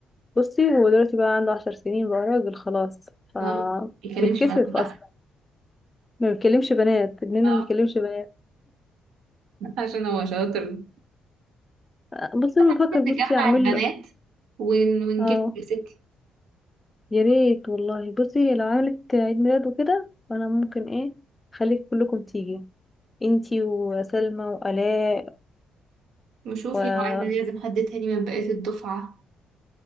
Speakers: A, on the left (about 20°); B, on the right (about 80°).
A: بصي هو دلوقتي بقى عنده عشر سنين بقى راجل خلاص ف
B: اه ما بيتكلمش
A: بيتكسف
B: معانا بقى
A: اصلا ما بيكلمش بنات ابننا
B: اه
A: ما بيكلمش بنات
B: عشان هو شاطر
A: آه، بصي انا
B: احنا
A: بفكر
B: ممكن
A: بصي
B: نجمع
A: اعمل
B: البنات
A: له
B: ون... ونجيب
A: اه
B: يا ستي
A: يا ريت والله بصي لو عملت عيد ميلاد وكده فانا ممكن ايه خليك كلكم تيجي انتي وسلمى وآلاء
B: نشوف
A: ومين
B: يا معلم لازم حد تاني من بقية الدفعة